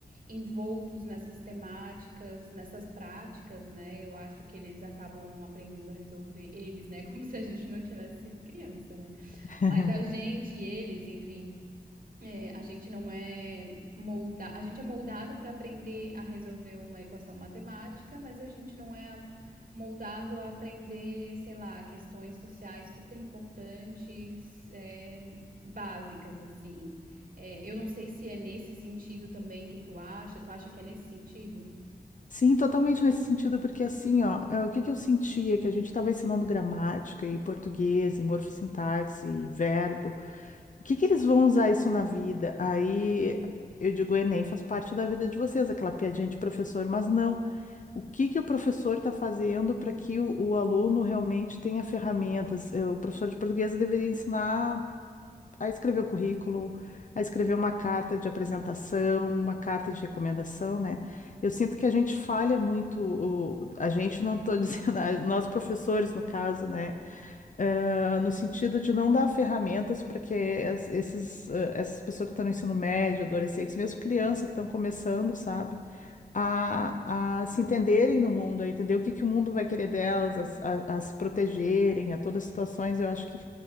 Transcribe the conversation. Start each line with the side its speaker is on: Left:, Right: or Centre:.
Right: envoltos nessas temáticas, nessas práticas, né? Eu acho que eles acabam aprendendo a resolver eles, né? <laughs> Como se a gente não tivesse sido criança, né?
Left: <laughs>
Right: Mas a gente, eles, enfim, é, a gente não é moldado a gente é moldado para aprender a resolver uma equação matemática, mas a gente não é a- moldado a aprender, sei lá, questões sociais super importantes, é, básicas assim. É, eu não sei se é nesse sentido também que tu acha. Tu acha que é nesse sentido?
Left: Sim, totalmente nesse sentido, porque assim, ó, eh, o que que eu sentia que a gente estava ensinando gramática e português e morfossintaxe e verbo. O que que eles vão usar isso na vida? Aí eu digo, o Enem faz parte da vida de vocês, aquela piadinha de professor, mas não. O que que o professor está fazendo para que o, o aluno realmente tenha ferramentas? Eh, O professor de português deveria ensinar a escrever o currículo, a escrever uma carta de apresentação, uma carta de recomendação, né? Eu sinto que a gente falha muito, o- a gente não estou <laughs> dizendo, a- nós professores, no caso, né? ah, no sentido de não dar ferramentas para que es- esses, ah, essas pessoas que estão no ensino médio, adolescentes, mesmo criança que estão começando, sabe, a, a se entenderem no mundo, a entender o que, que o mundo vai querer delas, a, s- a- a se protegerem, a todas as situações. Eu acho que,